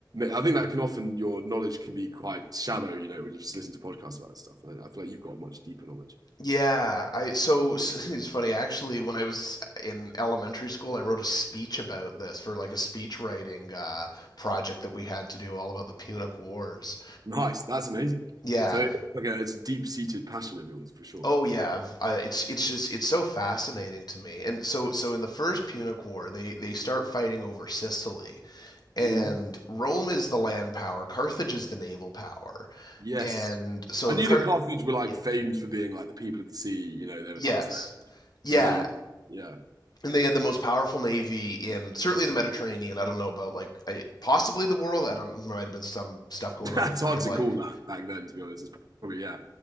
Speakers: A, on the right (about 55°); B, on the left (about 60°).
A: I think that can often your knowledge can be quite shallow, you know, when you just listen to podcasts about this stuff. I, I feel like you've got a much deeper knowledge.
B: Yeah, I so <laughs> it's funny actually when I was in elementary school I wrote a speech about this for like a speech writing uh project that we had to do all about the Punic Wars.
A: Nice, that's amazing.
B: Yeah.
A: So, okay, it's a deep-seated passion of yours for sure.
B: Oh yeah, I've- uh, it's it's just it's so fascinating to me. And so so in the first Punic War they they start fighting over Sicily and
A: Mhm.
B: Rome is the land power, Carthage is the naval power.
A: Yes,
B: And so
A: I
B: the
A: knew
B: Car
A: that Carthage were like
B: yeah.
A: famed for being like the people of the sea. You know, they,
B: Yes.
A: that was their
B: Yeah,
A: name. Yeah.
B: and they had the most powerful navy in certainly the Mediterranean. I don't know about like I, possibly the world. I don't. There might have been some stuff
A: <laughs>
B: going
A: That's
B: on in,
A: hard
B: in
A: to
B: like
A: call that back then, to be honest. It's probably, yeah,